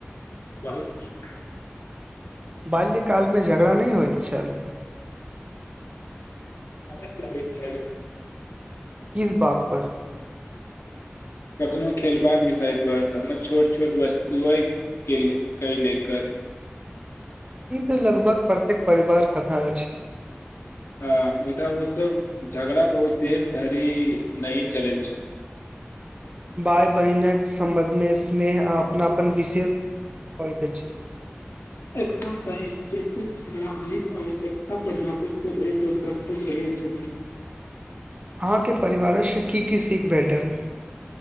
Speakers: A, on the left (about 80°); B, on the right (about 30°).
A: बहुत नीक
B: बाल्यकालमे झगड़ा नहि होइत छल
A: अवश्य होइत छल
B: किस बात पर
A: कखनोहु खेलबाक विषय पर कखननो छोट छोट वस्तुएके क लेकर
B: ई तऽ लगभग प्रत्येक परिवार कथा अछि
A: ह मुदा ओसभ झगड़ा बहुत देर धरि नहि चलल छल
B: भाय बहिनक सम्बन्धमे स्नेह आ अपनापन विशेष होइत अछि
A: एकदम सही जतेक झगड़ा हरिक आवश्यकता पर लापत सभ एक दोस्त सब् रहै छथि
B: अहाँके परिवारसँ की की सीख भेटल